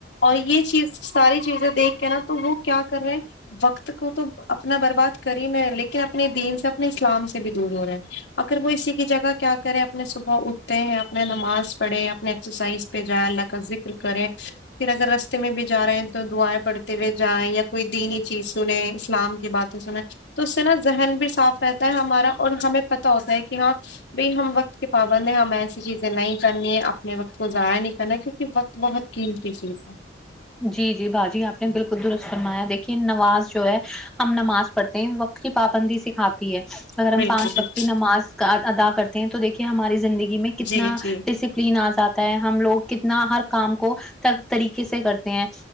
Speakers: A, on the left; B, in the centre.
A: اور یہ چیز ساری چیزیں دیکھ کے نا تو وہ کیا کر رہے وقت کو تو اپنا برباد کر ہی میں لیکن اپنے دین سے اپنے اسلام سے بھی دور ہو رہے ہیں اگر وہ اسی کی جگہ کیا کریں اپنے صبح اٹھتے ہیں نہ نماز پڑے اپنے ایکسرسائز پہ جائیں اللہ کا ذکر کرے پھر اگر رستے میں بھی جا رہے ہیں تو دعائیں پڑتے ہوئے جائیں یا کوئی دینی چیز سنے اسلام باتیں سنیں تو اس سے نا ذہن بھی صاف رہتا ہے ہمارا اور ہمیں پتا ہوتا ہے کہ ہاں بائی ہم وقت کے پابند ہے ہم ایسی چیز نہیں کرنی ہے اپنے وقت کو ضائع نہیں کرنا کیو کی وقت بہت قیمتی چیز ہے
B: جی جی بھاجی اپ نے بالکل درست فرمایا دیکھیے نماز جو ہے ہم نماز پڑتے ہیں وقت کی پابندی سکھاتی ہے اگر ہم
A: بالکل
B: پانچ
A: بالکل
B: وقت کی نماز ادا کرتے ہیں تو دیکھیے ہماری زندگی میں کتنا
A: جی جی
B: ڈس دن جاتا ہے ہم لوگ کتنا ہر کام کو طریقے سے کرتے ہیں